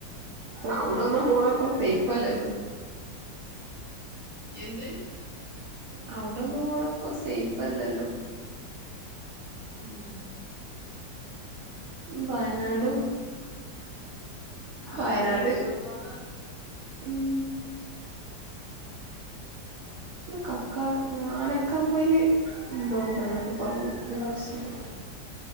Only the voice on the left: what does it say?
എന്ത്
ആ
ആ
തുരന്ദഭാഗ